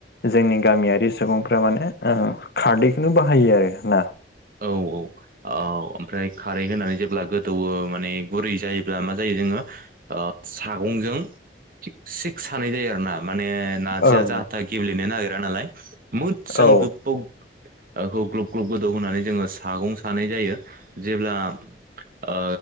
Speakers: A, on the left; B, on the right.
A: जोंनि गामियारि सुबुंफ्रा माने ओ खारदैखौनो बाहायो आरो ना
B: औ औ औ ओमफ्राय खारै होनानै जेब्ला गोद दौवो माने गुरै जायोब्ला मा जायो जोङो ओ सागंजों थिग सिक्स सानाय जायो आरो ना माने नारजिया
A: ओं
B: जाहाथा गेबेलेनो नागिरा नालाय मोजां
A: ओं औ
B: गोब खौ ओ ग्लब ग्लब गोदौ होनानै जोङो सागं सानाय जायो जेब्ला ओ